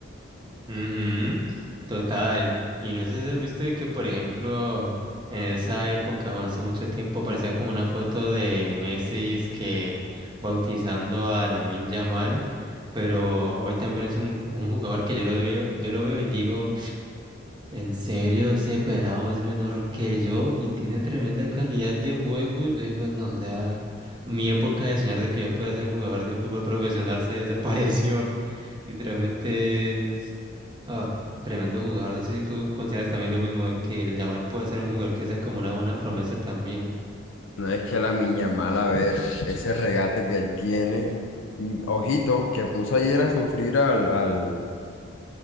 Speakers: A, on the right; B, on the left.
A: Ujú, Total. Y no sé si has visto de que, por ejemplo, en esa época, bueno, hace mucho tiempo, aparecía como una foto de Messi es que bautizando a Lamine Yamal, pero hoy también es un, un jugador que yo lo veo, yo lo veo y digo, en serio, ese pelado es menor que yo y tiene tremenda calidad de juego. Yo digo, no, ya mi época de soñar de que yo pueda ser un jugador de fútbol profesional se desapareció. Literalmente es ah, tremendo jugador. No sé si tú consideras también lo mismo de que el Yamal puede ser un jugador que sea como una buena promesa también.
B: No es que la Yamal, a ver, ese regate que él tiene, y, ojito, que puso ayer a sufrir al, al